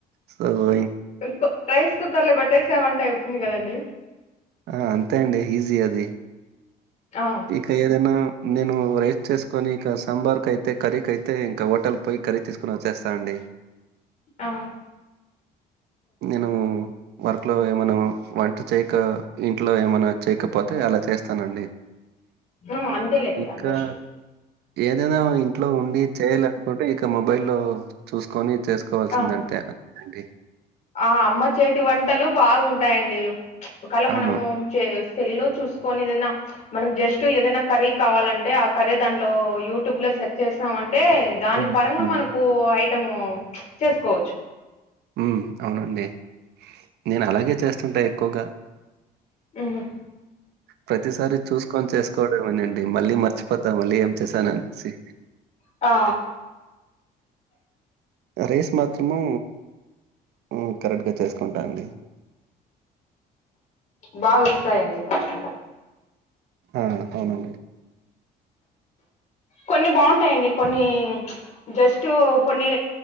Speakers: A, on the right (about 75°); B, on the left (about 45°).
A: సో ఇ
B: ఇంకో రైస్ కుక్కర్ లో పెట్టేసమంటే అయితుంది కదండి.
A: ఆ అంతే అండి ఈజీ అది
B: ఆ
A: ఇగ్ కా ఏదన్నా నేను రైస్ చేసుకోని ఇక సాంబార్ కైతే, కర్రీకైతే ఇంకా హోటల్ పోయి కర్రీ తీసుకుని ఒచ్చేస్తా అండి.
B: ఆహా
A: నేను వర్క్లో ఏమన్నా వంట చేయక ఇంట్లో ఏమన్న చేయకపోతే అలా చేస్తానండి.
B: ఉమ్, అంతేలేండి
A: ఇంకా
B: ఆల్మోస్ట్
A: ఏదైనా ఇంట్లో ఉండి చేయాలనుకుంటే ఇక మొబైలో చూసుకొని చేస్ కోవాల్సిందంతే
B: ఆ
A: అండి.
B: ఆ అమ్మ చేతి వంటలు బాగుంటాయండి ఒకళ
A: అవును.
B: మనము చే సెల్లో చూసుకోనేదనా మనకు జస్టు ఏదన్న కర్రీ కావాలంటే ఆ కర్రీ దాంట్లో యూటూబ్ లో సెర్చ్ చేసామంటే దాని
A: హ్మ్.
B: పరంగా
A: హ్మ్.
B: మనకు ఐటము చేసుకోవచ్చు
A: హూ అవునండి నేనలాగే చేస్తుంటా ఎక్కువగా
B: ఊ హా
A: ప్రతిసారి చూస్కొని చేస్కోవడంమేనండి మళ్ళీ మర్చిపోతా మళ్ళీ ఏం చేసాననేసి
B: టా
A: రైస్ మాత్రము హు కరెక్ట్గా చేసుకుంటా అండి
B: బాగొస్తాయండి కొంచెం
A: ఆ అవునండి
B: కొన్ని బాంటాయండి కొన్ని జస్టు కొన్ని